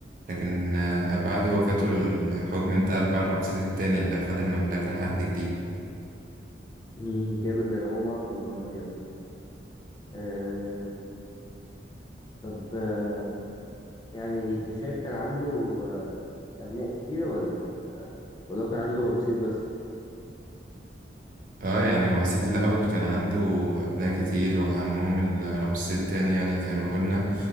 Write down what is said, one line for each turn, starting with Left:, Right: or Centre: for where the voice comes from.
Right: لكن آه، بعد وفاته الحكم انتقل بقى لرمسيس التاني اللي خد المملكة لعهد جديد
Left: امم جامد أنا أول مرة أعرف المعلومة دي أصلا أه طب آه، يعني أنت شايف كان عنده آه، أبناء كتير ولا وده كان عنده رمسيس بس
Right: اه يعني هو سيتي الأول كان عنده أبناء كتير وأهمهم ال- رمسيس التاني يعني زي ما قلنا